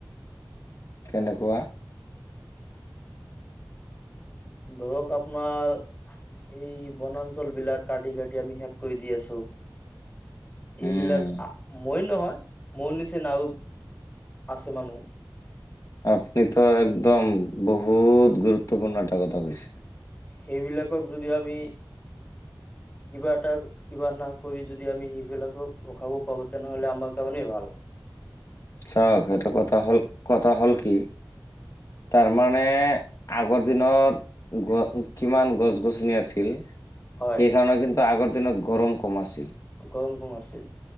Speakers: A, on the left; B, on the left.
A: কেনেকুৱা
B: ধৰক আপোনাৰ এই বনাঞ্চল বিলাক কাটি কাটি আমি শেষ কৰি দি আছোঁ। এইবিলাক
A: উম।
B: মই নহয় মোৰ নিচিনা আও আছে মানুহ।
A: আপুনিত একদম বহুত গুৰুত্বপূৰ্ণ এটা কথা কৈছে।
B: সেইবিলাকক যদি আমি কিবা এটা কিবা না কৰি যদি আমি সেইবিলাকক ৰখাব পাৰো তেনেহলে আমাৰ কাৰণেই ভাল।
A: চাওক সেইটা কথা হল কথা হ'ল কি? তাৰমানে আগৰ দিনত গ কিমান গছ গছনি আছিল। সেইকাৰণে
B: হয়
A: কিন্তু আগৰ দিনত গৰম কম আছিল-
B: গৰম কম আছিল।